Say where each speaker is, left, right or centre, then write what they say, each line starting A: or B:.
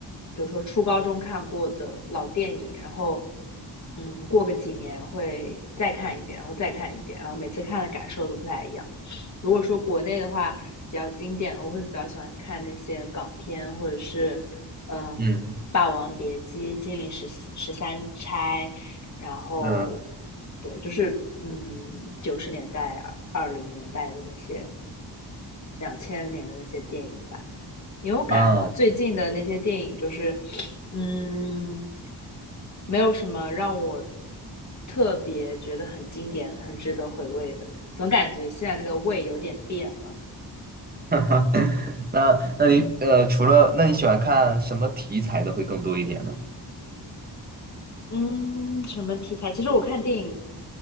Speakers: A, on the left; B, on the right.
A: 比如说初高中看过的老电影，然后，嗯，过个几年会再看一遍，然后再看一遍，然后每次看的感受都不太一样。如果说国内的话，比较经典的，我会比较喜欢看那些港片，或者是，嗯，
B: 嗯
A: 《霸王别姬》《金陵十十三钗》，然后，
B: 嗯
A: 对，就是嗯，九十年代、二零年代的那些、两千年的那些电影吧。因为我感觉好像最近的那些电影，
B: 啊，
A: 就是嗯，没有什么让我特别觉得很经典、很值得回味的。总感觉现在那个味有点变了。
B: <laughs> 哈哈，<laughs> 那那你呃，除了那你喜欢看什么题材的会更多一点呢？
A: 嗯，什么题材？其实我看电影，